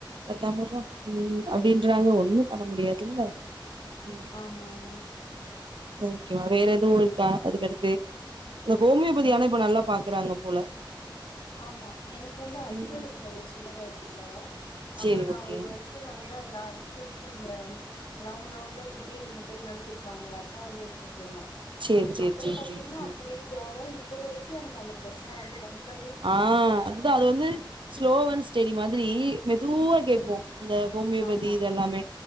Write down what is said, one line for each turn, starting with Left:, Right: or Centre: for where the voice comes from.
Right: <unintelligible> ம் அப்டின்றாங்க ஒண்ணும் பண்ண முடியாதுல்ல ம்
Left: ஆமாங்க
Right: ஓகே வேற எதுவு இருக்கா அதுக்கடுத்து இந்த ஹோமியோபதி
Left: வே
Right: ஆனா இப்ப நல்லா பாக்கறாங்க போல
Left: ஆமா எனக்கு வந்து அல்சர்
Right: ம்
Left: இருந்தது சின்ன வய்ஸ்ல அப்ப
Right: சேரி
Left: நா
Right: ஓகே
Left: ஒரு வருஷ் வந்து அந்த அல்சருக்கு அந்த ரவுண்ட் ரவுண்டா குட்டியா மிட்டை மாரி குடுப்பாங்கள அதா வந்து எடு த்துட்ருந்தே
Right: சேரி சேரி
Left: அப்புறம்
Right: சேரி
Left: பாத்தீங்ன்னா
Right: சேரி ம்
Left: அப்படியே க்யூராயி இப்போ வெரிக்கு எனக்கு அந்த ப்ரெச்சன வந்து வந்ததே
Right: ஆ
Left: கெடையாது
Right: அதுதா அது வந்து ஸ்லோவன் ஸ்டெடி மாதிரி மெதுவா கேக்கு அந்த ஹோமியோபதி
Left: ஆமா
Right: இதெல்லாமே